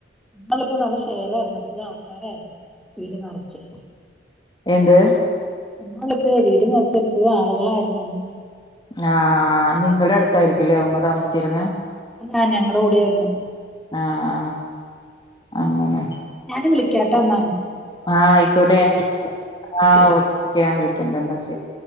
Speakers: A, in the centre; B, on the left.
A: നാലിപ്പോ നല്ല ശേലായിരുന്നു ഇപ്പ ആൾക്കാരായിരുന്നു വീട് നിറച്ച്
B: എന്ത്
A: നമ്മൾിപ്പോഴേ വീട നിറച്ച ഇപ്പ ആളുകളായിുന്ന
B: ആ ആ നിങ്ങളുടെ അടുത്തായിരിക്കല്ലേ ഉമ്മ താമസിച്ചിന്ന്
A: ഞാൻ ഞങ്ങളടെ കൂടൊയിരുന്നു
B: ആഹ് അങ്ങനെ
A: ഞാനത് വിളിക്കാട്ടാ എന്നന്നാ
B: ആഹ ആയിക്കോട്ടെ ഞാ ആഓ
A: ശരി
B: ഓെ ഞാൻ വിളിക്കണ്ട എന്നാ ശരി